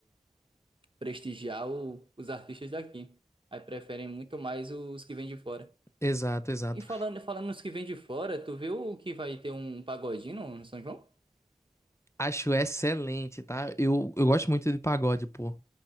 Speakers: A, on the right; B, on the left.
A: prestigiar o- os artistas daqui. Aí preferem muito mais os que vêm de fora.
B: Exato, exato.
A: E falando, falando nos que vêm de fora, tu viu que vai ter um pagodinho no no São João?
B: Acho excelente, tá? Eu, eu gosto muito de pagode, pô.